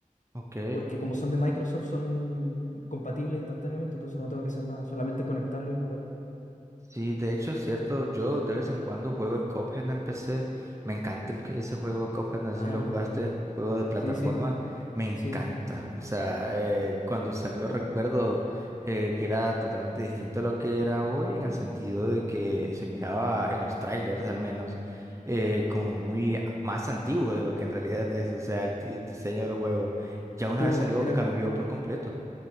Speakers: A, on the right; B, on the left.
A: Ok.
B: porque como son de Microsoft, son compatibles instantáneamente, entonces no tengo que hacer nada, solamente conectarlo y jugar.
A: Sí, de hecho es cierto, yo de vez en cuando juego el Cuphead en PC, me encanta el, que- ese juego Cuphead, no
B: Ah,
A: sé si lo
B: el
A: jugaste,
B: Cuphead.
A: juego de plataforma,
B: Sí, sí,
A: me encanta,
B: sí.
A: o sea, eh, cuando salió recuerdo eh, que era totalmente distinto a lo que era hoy en el sentido de que se miraba en los trailers al menos eh, como muy a- más antiguo de lo que en realidad es, o sea, el, di- el diseño del juego ya una
B: Sí,
A: vez
B: pues,
A: salió
B: era,
A: cambió
B: co-
A: por completo.